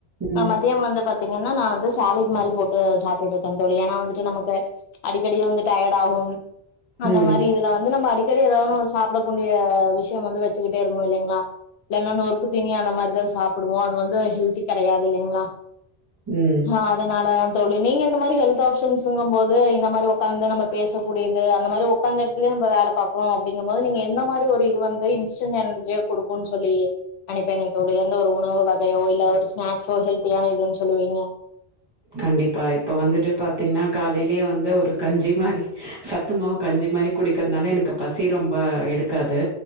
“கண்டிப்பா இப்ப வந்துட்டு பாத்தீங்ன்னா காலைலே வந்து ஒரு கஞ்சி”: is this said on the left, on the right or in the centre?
Right